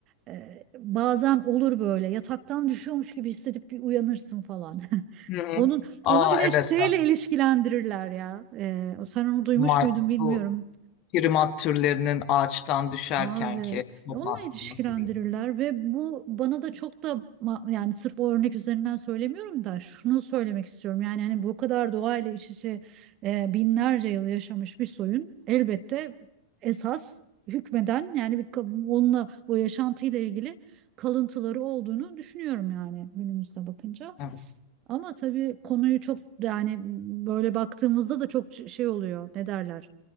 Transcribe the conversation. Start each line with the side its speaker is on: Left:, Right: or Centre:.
Right: Ee, bazen olur böyle yataktan düşüyormuş gibi hissedip bir uyanırsın falan. <laughs>
Left: hı. Hı
Right: Onun
Left: Aa
Right: onu bile
Left: evet
Right: şeyle
Left: bak
Right: ilişkilendirirler ya. Ee, sen onu duymuş
Left: May-
Right: muydun bilmiyorum.
Left: bu primat türlerinin ağaçtan düşerkenki
Right: Aa, evet.
Left: toplanması
Right: Onunla ilişkilendirirler
Left: diye.
Right: ve bu bana da çok da ma- yani sırf o örnek üzerinden söylemiyorum da şunu söylemek istiyorum. Yani hani bu kadar doğayla iç içe e, binlerce yıl yaşamış bir soyun elbette esas hükmeden yani bir ka- onunla o yaşantıyla ilgili kalıntıları olduğunu düşünüyorum yani günümüzde bakınca.
Left: Evet.
Right: Ama tabii konuyu çok yani böyle baktığımızda da çok ç- şey oluyor. Ne derler?